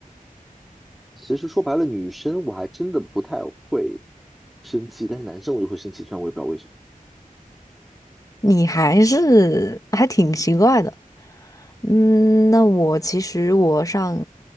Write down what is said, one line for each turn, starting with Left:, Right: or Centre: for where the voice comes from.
Centre: 其实说白了，女生我还真的不太会生气，但是男生我就会生气，虽然我也不知道为什么。
Left: 你还是还挺奇怪的。嗯，那我其实我上，